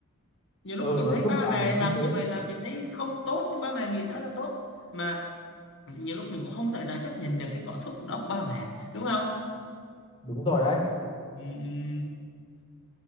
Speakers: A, on the left (about 55°); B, on the left (about 25°).
A: nhiều lúc
B: ừ
A: mình
B: nói
A: thấy
B: chung
A: ba
B: là
A: mẹ
B: như
A: làm
B: thế
A: như vậy là mình thấy không tốt nhưng ba mẹ nghĩ đó là tốt mà nhiều lúc mình cũng không thể nào chấp nhận được cái cảm xúc đó của ba mẹ đúng không
B: đúng rồi đấy
A: ừ, ừ,